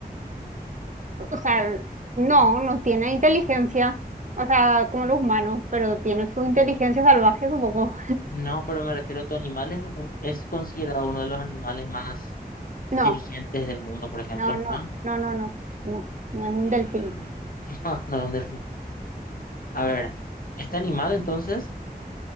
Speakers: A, on the right (about 50°); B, on the left (about 60°).
A: o sea, no, no tiene inteligencia, o sea, como los humanos, pero tiene su inteligencia salvaje, supongo.
B: No, pero me refiero a tu animal es, un- es considerado uno de los animales más
A: <laughs>
B: inteligentes del mundo, por ejemplo,
A: No, no,
B: ¿no?
A: no, no, no, no, no, no es un
B: Mm,
A: delfín.
B: <laughs> no, no, un delfín. A ver, este animal entonces,